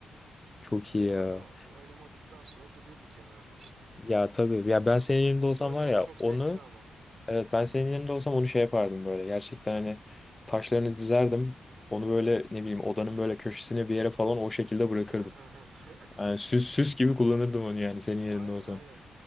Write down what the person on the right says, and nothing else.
Öyle
ama oynamadıktan sonra duruyor bir kenarda işte.
Onda
oynamak
çok
zevkli ama.
<laughs>
Aynen
aynen.